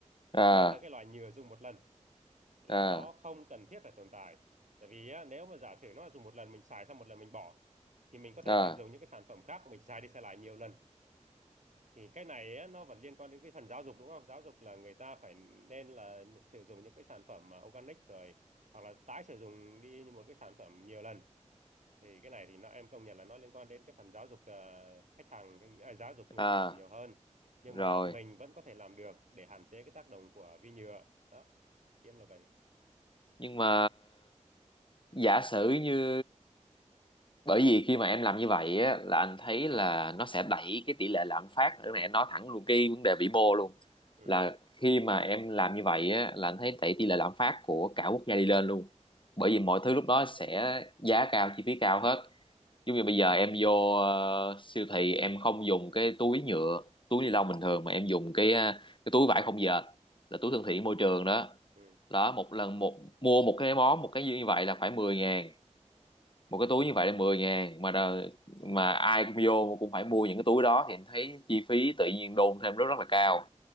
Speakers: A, on the left; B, on the right.
A: à
B: mà nhất là cái loại nhựa dùng một lần là
A: à
B: nó không cần thiết phải tồn tại tại vì á, nếu mà giả sử nó là dùng một lần mình xài xong một lần mình bỏ thì mình có thể
A: à
B: sử dụng những cái sản phẩm khác mình xài đi xài lại nhiều lần thì cái này á, nó vẫn liên quan đến cái phần giáo dục đúng không giáo dục là người ta phải nên là sử dụng những cái sản phẩm mà organic rồi hoặc là tái sử dụng đi một cái sản phẩm nhiều lần thì cái này thì nó em công nhận là nó liên quan đến cái phần giáo dục ờ, khách hàng cái- à, giáo dục người
A: à
B: sử dụng nhiều hơn nhưng
A: rồi
B: mà mình vẫn có thể làm được để hạn chế cái tác động của vi nhựa đó em là vậy
A: nhưng mà giả sử như bởi vì khi mà em làm như vậy á, là anh thấy là nó sẽ đẩy cái tỷ lệ lạm phát cái này em nói thẳng luôn cái vấn đề vĩ mô luôn
B: ừ
A: là khi mà em làm như vậy á, là anh thấy đẩy tỷ lệ lạm phát của cả quốc gia đi lên luôn bởi vì mọi thứ lúc đó sẽ giá cao chi phí cao hết giống như bây giờ em vô ờ, siêu thị em không dùng cái túi nhựa túi ni lông bình thường mà em dùng cái ờ, cái túi vải không dệt là túi thân thiện môi trường đó
B: ừ
A: đó một lần một mua một cái món một cái như vậy là phải 10 ngàn một cái túi
B: ừ
A: như vậy là 10 ngàn mà đờ- mà ai cũng vô cũng phải mua những cái túi đó thì em thấy chi phí tự nhiên đôn thêm rất rất là cao